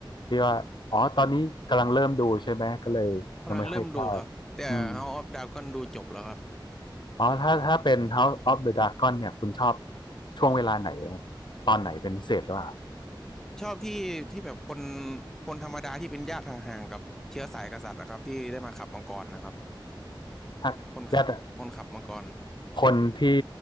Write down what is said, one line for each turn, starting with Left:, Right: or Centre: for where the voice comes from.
Left: ที่ว่าอ๋อตอนนี้กำลังเริ่มดูใช่ไหมก็เลยยังไม่ค่อยทราบอืม
Centre: กำลังเริ่มดูครับแต่ House of Dragon ดูจบแล้วครับ
Left: อ๋อถ้าถ้าเป็น House of the Dragon เนี่ยคุณชอบช่วงเวลาไหนอะตอนไหนเป็นพิเศษหรือเปล่า
Centre: ชอบที่ที่แบบคนคนธรรมดาที่เป็นญาติห่างๆกับเชื้อสายกษัตริย์นะครับที่ได้มาขับมังกรนะครับ
Left: ถ้าญาติ
Centre: คนขับคนขับมังกร
Left: คนที่